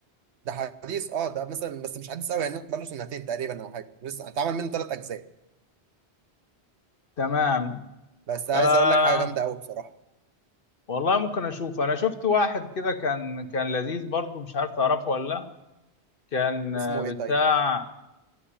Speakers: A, on the right; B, on the left.
A: ده حديث اه ده مثلا بس مش حديث قوي يعني بقاله سنتين تقريبا او حاجه لسه اتعمل منه ثلاث اجزاء
B: تمام
A: بس عايز
B: آه
A: اقول لك حاجه جامده قوي بصراحه
B: والله ممكن اشوف انا شفت واحد كده كان كان لذيذ برضه مش عارف تعرفه ولا لا كان
A: اسمه
B: آه، بتاع
A: ايه طيب